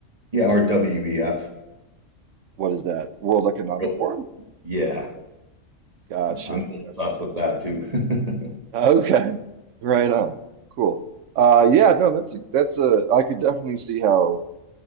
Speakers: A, on the right; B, on the right.
A: Yeah, or WEF.
B: What is that? World Economic
A: Real-
B: Forum?
A: Yeah,
B: Gotcha,
A: I- am obsessed
B: gotcha, gotcha.
A: with that too. <laughs>
B: Okay, right on. Cool. Uh, yeah, no, that's a, that's a. I could definitely see how,